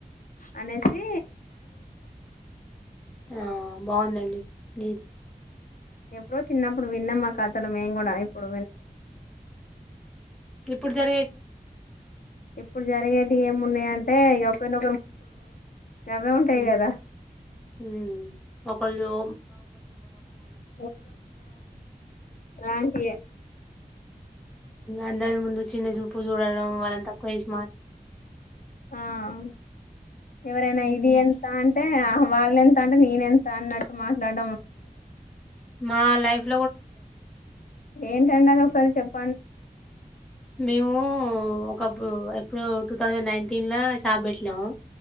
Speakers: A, on the left (about 65°); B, in the centre.
A: దాని ఏటి
B: ఆ బావుందండి లేద
A: ఎప్పుడో చిన్నప్పుడు విన్నామా కతలు మేం కూడా ఇప్పుడు వినలేదు
B: ఇప్పుడు జరిగేవి ఏంటిండి
A: ఇప్పుడు జరిగేటివి ఏమున్నాయి అంటే ఇగ ఒకరినొకరు ముంచుడు గవే ఉంటాయి
B: ఉ
A: కదా
B: ఊ ఒకల్దీ ఓ బాగు పడుతే
A: ఒర్వక
B: ఓరవ్
A: పోడం రాంటియే ఆ
B: అందరి ముందు చిన్న చూపు చూడడం వాళ్ళని తక్కువ చేసి మాట్లాడడం
A: ఆహ్ ఎవరైనా
B: హ్మ్
A: ఇది ఎంతా అంటే ఆహ్ వాళ్లేంత అంటే నేనెంత అన్నట్టు మాట్లాడడం ఉంటది కదా
B: మా లైఫ్ లో కూడా ఒకటి జరిగిందండి
A: ఏంటండి అది ఒకసారి చెప్పండి
B: మేము ఒకపుడు ఎప్పుడు టూ థౌజండ్ నైన్టీన్ల షాప్ పెట్టినాము